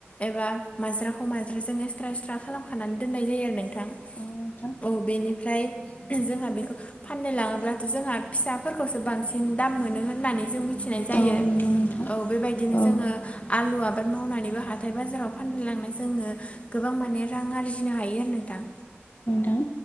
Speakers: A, on the left; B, on the left.
A: एबा माज्राखौ माजा जों एक्सट्रा एक्सट्रा खालामनानै दोननाय जायो आरो नों
B: औ नोंथां
A: औ बेनिफ्राय जोंहा बेखौ फाननो लाङोब्लाथ' जोंहा फिसाफोरखौसो बांसिन दाम मोनो होननानै जों मिथि फिसिनाय जायो
B: औ नंगौ नोंथां
A: औ बेबायदिनो
B: औ
A: जोङो आलुआ आबाद मावनानैबो हाथाय बाजाराव फान लांनाय जोङो गोबां माने रां आरजिनो हायो आरो नों दां
B: नोंथां